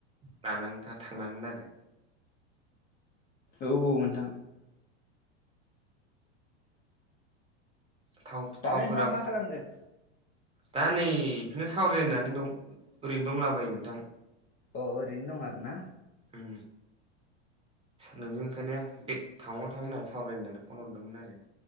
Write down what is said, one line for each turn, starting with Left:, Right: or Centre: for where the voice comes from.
Right: लाना थांनांगोन आरो।
Left: औ औ नोंथां।
Right: थाव
Left: दालाय
Right: थावफोराबो
Left: नोंथाङा मा खालामदों?
Right: दा नै बेखौनो सावरायनानै दं ओरैनो दंलाबायो नोंथां।
Left: अ ओरैनो दं आरो ना।
Right: उम नोंजों ओंखायनो बे टाउवांयाव थांनो होननानै सावरायनो फन हरदोंमोन आरो।